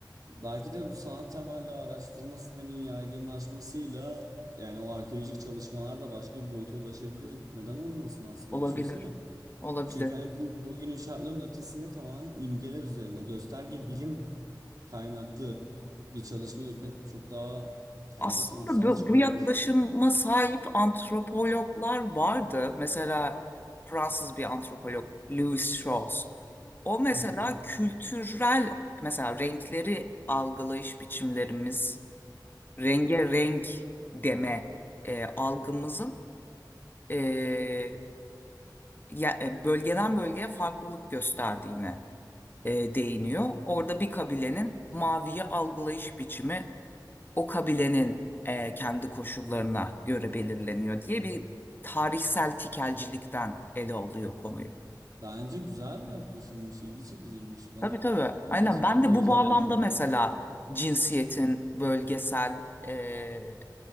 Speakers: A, on the right; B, on the left.
A: belki de bu sanat temelli araştırma sisteminin yaygınlaşmasıyla yani o arkeolojik çalışmalar da başka bir boyuta ulaşabilir. Neden olmasın aslında
B: Olabilir.
A: düşünsene.
B: Olabilir.
A: Çünkü hani bu bugünün şartlarının ötesinde tamamen imgeler üzerine gösterge bilim kaynaklı bir çalışma yürütmek çok daha farklı
B: Aslında
A: sonuçlar
B: bu,
A: çıkarabilir.
B: bu yaklaşıma sahip antropologlar vardı. Mesela Fransız bir antropolog Louis Strauss. O mesela
A: Hmm.
B: kültürel mesela renkleri algılayış biçimlerimiz, renge renk deme e, algımızın e, ya- e, bölgeden bölgeye farklılık gösterdiğine e, değiniyor. Orada bir kabilenin maviyi algılayış biçimi o kabilenin e, kendi koşullarına göre belirleniyor diye bir tarihsel tikelcilikten ele alıyor konuyu.
A: Bence güzel bir yaklaşımmış, ilgi çekiciymiş bana
B: Tabii tabii.
A: ilgi
B: Aynen.
A: çe-
B: Ben de
A: heyecan
B: bu bağlamda
A: verici geldi.
B: mesela cinsiyetin bölgesel e,